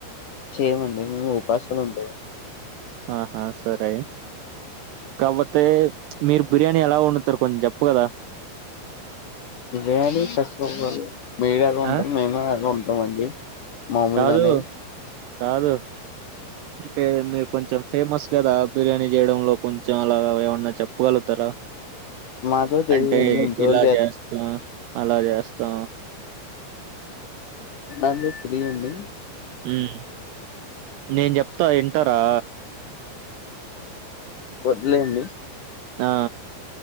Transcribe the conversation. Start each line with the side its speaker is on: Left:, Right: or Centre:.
Left: చేయమండి మేము ఉపాసమే ఉంటాం
Right: ఆహా సరే కామత్తే మీరు బిర్యానీ ఎలా వండుతారు కొంచెం చెప్పు గలర
Left: బిర్యాని తక్కువ మీరు ఎలాగ ఉంటారో
Right: ఆ?
Left: మేము ఆలాగే ఉంటామండి మాముల్
Right: కాదు.
Left: దానే
Right: కాదు అంటే మీరు కొంచెం ఫేమస్ కదా బిర్యానీ చేయడంలో కొంచెం అలాగ ఏమన్నా చెప్పగలుగుతార ట్ర
Left: మాతో తెలియదండి
Right: అంటే
Left: ఇంట్లోవాళ్ళు
Right: ఇలా చేస్తా అలా చేస్తా
Left: అందుకు ఫ్రీ ఉన్నాయ్
Right: హ్మ్ నేను చెప్తా వింటారా
Left: వద్దులేండి
Right: ఆ